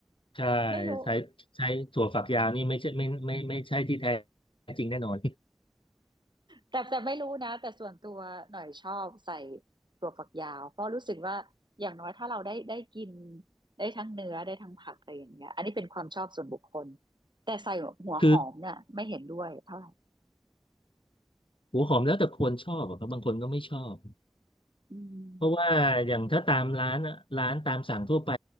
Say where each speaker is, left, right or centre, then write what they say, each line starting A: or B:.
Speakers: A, on the left; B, on the right.
A: ใช่
B: ไม่รู้
A: ใช้ใช้ถั่วฝักยาวนี่ไม่ใช่ไม่ไม่ไม่ไม่ใช่ที่แท้จริงแน่นอน
B: แต่แต่ไม่รู้นะแต่ส่วนตัวหน่อยชอบใส่ถั่วฝักยาวเพราะรู้สึกว่าอย่างน้อยถ้าเราได้ได้กินได้ทั้งเนื้อได้ทั้งผักอะไรอย่างเงี้ยอันนี้เป็นความชอบส่วนบุคคลแต่ใส่หัวหอมเนี่ยไม่เห็นด้วยเท่าไหร่
A: <laughs> คือหัวหอมแล้วแต่คนชอบอะครับบางคนก็ไม่ชอบ
B: อืม
A: เพราะว่าอย่างถ้าตามร้านอะร้านตามสั่งทั่วไป